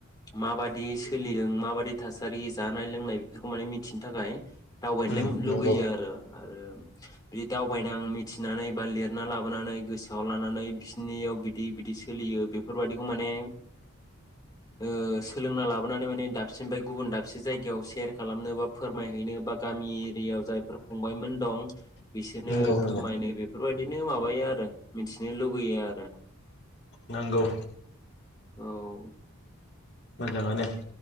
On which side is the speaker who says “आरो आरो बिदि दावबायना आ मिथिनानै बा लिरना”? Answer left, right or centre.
Left